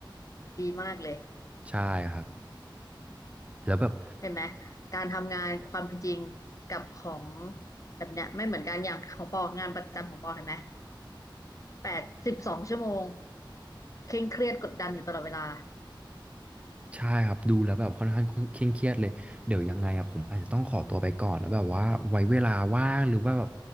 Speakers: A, on the left; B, on the right.
A: ดีมากเลย
B: ใช่ครับแล้วแบบ
A: เห็นไหมการทำงานความเป็นจริงกับของแบบเนี้ยไม่เหมือนกันอย่างของปองานประจำของปอเห็นไหมแปดสิบสองชั่วโมงเคร่งเครียดกดดันอยู่ตลอดเวลา
B: ใช่ครับดูแล้วแบบค่อนข้างเคร่งเครียดเลยเดี๋ยวยังไงอะผมอาจจะต้องขอตัวไปก่อนแล้วแบบว่าไว้เวลาว่างหรือว่าแบบ